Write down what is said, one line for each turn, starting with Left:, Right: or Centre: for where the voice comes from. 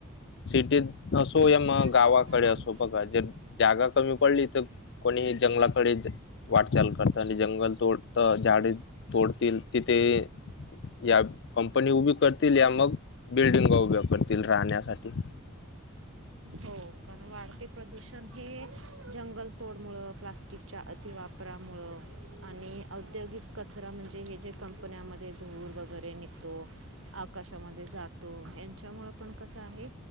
Left: सिटीत असो या
Right: थांब
Left: मग गावाकडे
Right: दुसरं काहीतरी
Left: असो बघा
Right: म्हणतो.
Left: जर जागा कमी पडली तर कोणीही जंगलाकडे वाटचाल करत आणि जंगल तोडत झाडे तोडतील तिथे या कंपनी उभी करतील या मग, बिल्डिंग उभ्या करतील राहण्यासाठी.
Right: हो कारण वाढते प्रदूषण हे, जंगल तोडमुळं प्लास्टिक च्या अतिवापरामुळं आणि औद्योगिक कचरा म्हणजे हे जे कंपन्यामध्ये धूर वगैरे निघतो, आकाशामध्ये जातो ह्यांच्यामुळं पण कसं आहे,